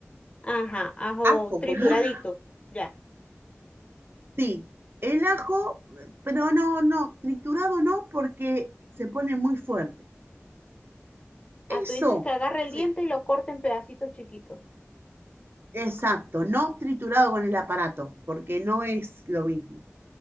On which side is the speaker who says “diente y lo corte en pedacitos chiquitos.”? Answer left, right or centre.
Left